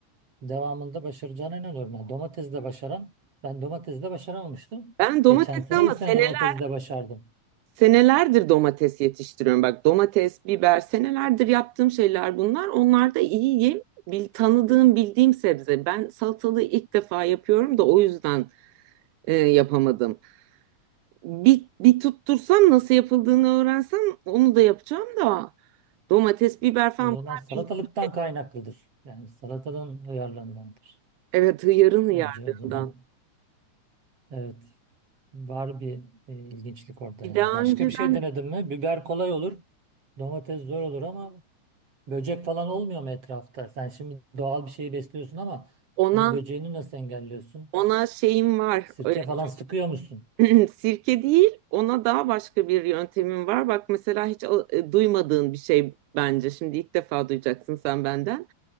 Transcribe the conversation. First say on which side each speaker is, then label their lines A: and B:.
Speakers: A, on the right; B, on the right.
A: Devamında başaracağına inanıyorum. Yani domatesi de başaran, ben domatesi de başaramamıştım.
B: Ben
A: Geçen
B: domatesi
A: sene
B: ama
A: bu sene
B: seneler.
A: domatesi de başardım.
B: Senelerdir domates yetiştiriyorum. Bak domates, biber senelerdir yaptığım şeyler bunlar. Onlar da iyiyim. Bil, tanıdığım, bildiğim sebze. Ben salatalığı ilk defa yapıyorum da o yüzden e, yapamadım. Bir, bir tuttursam nasıl yapıldığını öğrensem onu da yapacağım da. Domates, biber falan
A: O
B: bunlar
A: zaman salatalıktan
B: bil-
A: kaynaklıdır. Yani salatalığın uyarlandığındır.
B: evet hıyarın hıyarlığından.
A: Bence o zaman evet var bir e, ilginçlik orada yani.
B: Bir daha
A: Başka
B: önceden
A: bir şey denedin mi? Biber kolay olur. Domates zor olur ama böcek falan olmuyor mu etrafta? Sen şimdi doğal bir şeyi besliyorsun ama
B: ona
A: onun böceğini nasıl engelliyorsun?
B: ona şeyim var.
A: Sirke
B: e,
A: falan sıkıyor musun?
B: <laughs> <clears throat> Sirke değil, ona daha başka bir yöntemim var. Bak mesela hiç al- e, duymadığın bir şey bence. Şimdi ilk defa duyacaksın sen benden.